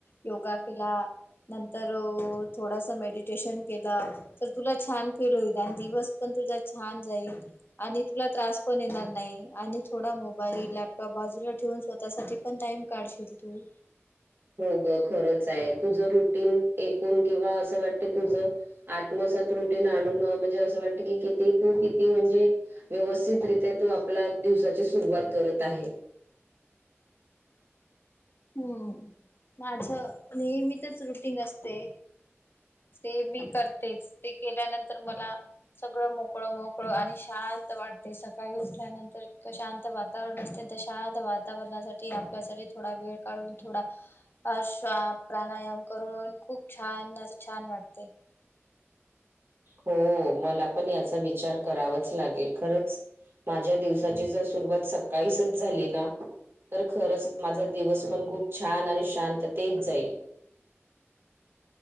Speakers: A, on the left; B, on the right.
A: योगा केला नंतर थोडस मेडिटेशन केलं तुला छान फील होईल आणि दिवस पण तुझा छान जाईल आणि तुला त्रास पण येणार नाही आणि थोडा मोबाईल लॅपटॉप बाजूला ठेवून स्वतःसाठी पण टाइम काढशील तू.
B: हो ग खरच आहे तुझ रुटीन एकून किंवा अस वाट त तुझ आत्मसात रुटीन आणून म्हणजे असं वाटत की किती तू किती म्हणजे व्यवस्थितरित्या तू आपला दिवसाची सुरुवात करत आहे.
A: हम्म माझं नेहमी तेच रुटीगं असते. सते ते मी करतेच ते केल्यानंतर मला सगळं मोकळं मोकळं आणि शांत वाटते सकाळी उठल्यानंतर इतक शांत वात तावरण असते त्या शांत वातावरणासाठी आपल्यासाठी थोडा वेळ काढून थोडा अ श्वा प्राणायाम करून खूप छान असं छान वाटते.
B: हो मला पण याचा विचार करावाच लागेल खरंच. माझ्या दिवसाची जर सुरुवात सकाळीसच झाली ना तर खरंच माझा दिवस पण खूप छान आणि शांततेत जाईल.